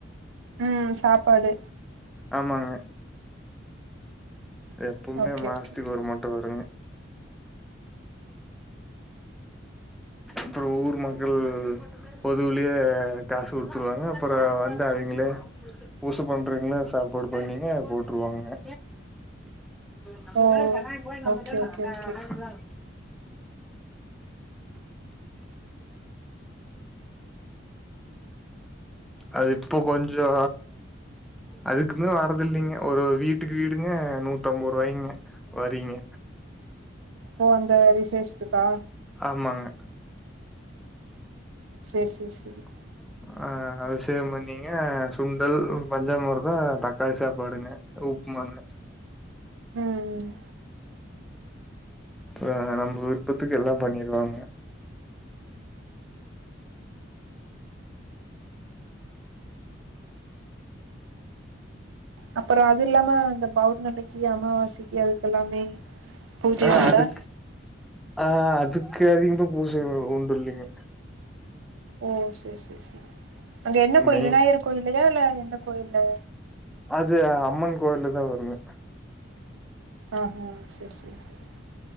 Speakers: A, on the right (about 80°); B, in the centre.
A: ம் சாப்பாடு
B: ஆமாங்க எப்பவுமே
A: ஓகே
B: மாசத்துக்கு
A: ஓகே
B: ஒரு மட்ட வருங்க அப்புறோ ஊர் மக்கள் பொதுவலயே காசு குடுத்துருவாங்க அப்ற வந்து அவிங்களே ஊசு பண்றீங்களா சாப்பாடு பண்ணீங்க போட்டுருவாங்கங்க நம்ம
A: ஓ
B: க கன்னாய போய நம்ம
A: ஓகே
B: க
A: ஓகே
B: அந்த
A: ஓகே
B: அரதான் அது இப்போ கொஞ்சோ அதுக்குமே வரதில்லைங்க ஒரு வீட்டுக்கு வீடுங்க நூத்தம்பது ரூபாய்ங்க வரிங்க
A: ஓ அந்த விசேஷத்துக்கா
B: ஆமாங்க
A: சேரி சேரி சேரிங்
B: சொல்லு ஆ அபிஷேகம் பண்ணீங்க சுண்டல் பஞ்சாமுர்தோ தக்காளி சாப்பாடுங்க உப்மாங்க
A: ம் ம்
B: அ நம்ம விருப்பத்துக்கு எல்லாம் பண்ணிருவாங்க
A: அப்புற அது இல்லாம அந்த பௌர்ணமிக்கு அமாவாசைக்கு அதுக்கெல்லாமே பூஜை
B: அ
A: உண்டா
B: அதுக் ஆ அதுக்கு அதிக தா பூசை உண்டு இல்லீங்க
A: ஓ சரிெ செரி செரி அங்க என்ன கோயில்
B: மெய்
A: விநாயகர் கோயில்யா இல்ல எந்த கோயில்ல
B: அது அம்மன் கோயில தா வருங்க
A: ஆஹா செரி செரி செரி